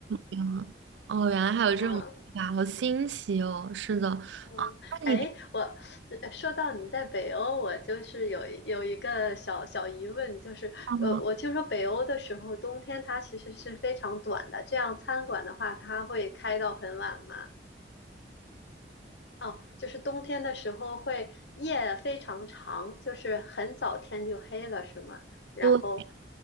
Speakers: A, on the right; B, on the left.
A: 嗯，哦，原来还有这种说法，
B: 嗯
A: 好新奇哦。是的，
B: 嗯，
A: 啊，那你
B: 哎，我呃说到你在北欧，我就是有一有一个小小疑问，就是呃，
A: 哦，
B: 我听说北欧的时候冬天它其实是非常短的，这样餐馆的话它会开到很晚吗？哦，就是冬天的时候会夜非常长，就是很早天就黑了，是吗？然后
A: 就